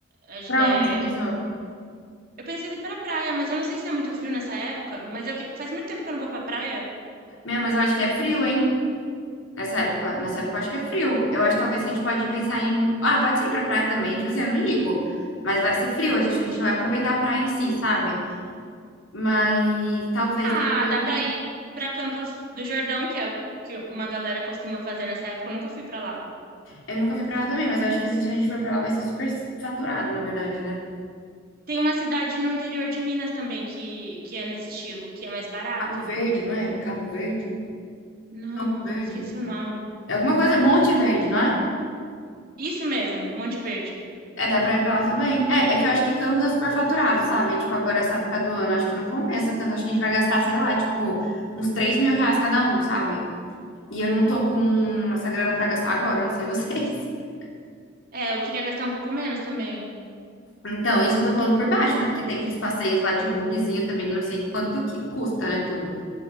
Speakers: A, on the right (about 50°); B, on the left (about 80°).
A: a ge-
B: pra
A: é,
B: onde você pensou?
A: eu pensei em ir pra praia, mas eu não sei se é muito frio nessa época. Mas eu que- faz muito tempo que eu não vou pra praia.
B: Meu, mas eu acho que é frio, hein? Nessa época, nessa época eu acho que é frio. Eu acho que talvez que a gente pode pensar em. Ah, pode ser ir pra praia também, tipo assim, eu não ligo. Mas vai ser frio, a gente, acho que a gente não vai aproveitar a praia em si, sabe? Mas talvez,
A: Ah,
B: talvez.
A: dá pra ir pra Campos do Jordão, que é o que uma galera costuma fazer nessa época. Eu nunca fui pra lá.
B: Eu nunca fui pra lá também, mas eu acho que se a gente for pra lá vai ser super faturado, na verdade, né?
A: Tem uma cidade no interior de Minas também que, que é nesse estilo, que é mais barata.
B: Cabo Verde, não é? Cabo Verde?
A: Não,
B: Campo Verde?
A: eu esqueci o nome.
B: É alguma coisa. Monte Verde, não é?
A: Isso mesmo, Monte Verde.
B: É, dá pra ir pra lá também? É, é que eu acho que Campos é super faturado, sabe? Tipo, agora essa época do ano, acho que não compensa tanto. Acho que a gente vai gastar, sei lá, tipo, uns 3 mil reais cada um, sabe? E eu não tô com essa grana pra gastar agora, não sei vocês. <laughs>
A: É, eu queria gastar um pouco menos também.
B: Então, isso eu tô falando por baixo, né? Porque tem aqueles passeios lá de bugzinho também, eu não sei quanto que custa, né, tudo.